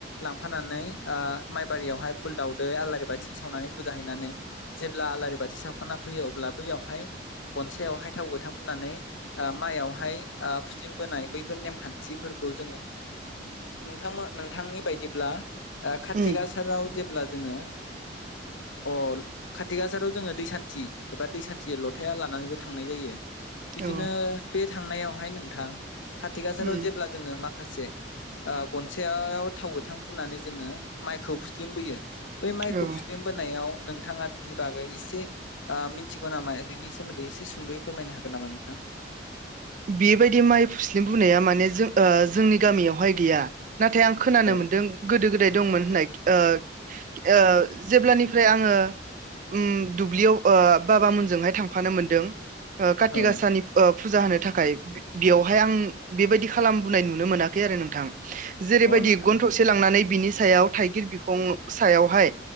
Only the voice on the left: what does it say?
लांफानानै ओ माइबारियावहाय फुल दावदै आलारि बाथि सावनानै फुजा हैनानै जेब्ला आलारि बाथि सावखाना फैयो अब्ला बैयावहाय गनसायावहाय थाव गोथां फुननानै माइयावहाय ओ फुस्लिम बोनाय बैफोर नेमखान्थिफोरखौ जोङो नोंथां मो नोंथांनि बायदिब्ला कातिक
आसाराव जेब्ला जोङो ओ अल कतिक आसाराव जोङो दैसान्थि एबा दैसान्थि लथाया लानानैबो थांनाय जायो। बिदिनो
बे थांनायावहाय नोंथां कथिक आसाराव
जेब्ला जोङो माख खासे ओ गनसायायाव थाव गोथां फुननानै जोङो माइखौ फुस्लिम बोयो बै माइखौ
फुस्लिमबोनायाव नोंथाङा बिनि बागै एसे ओ मिथिगौ नामा बिनि सोमोन्दै एसे सुंदयै फोरमायनो हागोन नामा नोंथां? <inaudible>
अ
औ
अ नोंथां